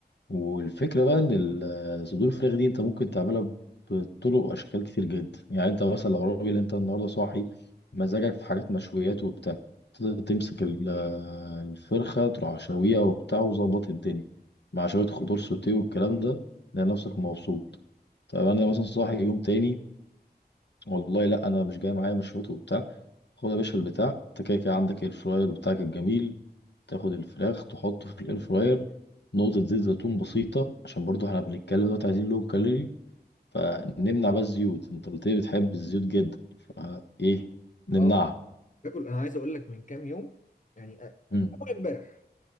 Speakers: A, on the left; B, on the left.
A: والفكرة بقى ان ال- صدور الفراخ دي انت ممكن تعملها بطرق واشكال كتير جدا يعني انت مثلا لو راجل انت النهارده صاحي مزاجك في حاجات مشويات وبتاع تقدر تمسك ال- الفرخة تروح شويها وبتاع وظبط الدنيا مع شوية خضار سوتيه والكلام ده تلاقي نفسك مبسوط طيب انا مثلا صاحي يوم تاني والله لا انا مش جاي معايا مشويات وبتاع خد يا باشا البتاع انت كده كده عندك الفراير بتاعك الجميل تاخد الفراخ تحطه في الاير فراير نقطة زيت زيتون بسيطة عشان برضو احنا بنتكلم دلوقتي عايزين لو كالوري فنمنع بقى الزيوت انت قلت لي بتحب الزيوت جدا فايه نمنعها
B: اه باكل انا عايز اقول لك من كام يوم يعني أ-
A: مم.
B: اول امبارح